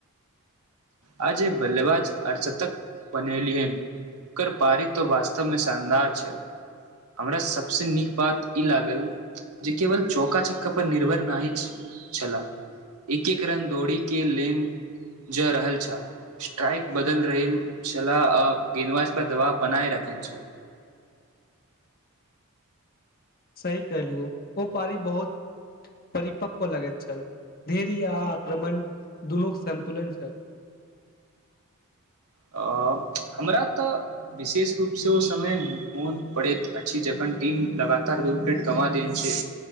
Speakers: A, on the right; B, on the left.
A: आय जे बल्लेबाज अर्धशतक बनेलिहन ओकर पारी तऽ वास्तवमे शानदार छल हमरा सभसँ नीक बात ई लागल जे केवल चौका चक्का पर निर्भर नहि छलाह एक एक रन दौड़ीकेँ लेन जा रहल छल स्ट्राइक बदल रहल छलाह आ गेंदबाज पर दबाब बनाय रखने छल।
B: सही कहलिय ओ पारी बहुत परिपक्कव लगैत छल। धैर्य आक्रमण दुनूक सन्तुलन छल।
A: आ हमरा तऽ विशेष रूपसँ ओ समय मोन पड़ैत अछि जखन टीम लगातार दू विकेट गवां देन छैल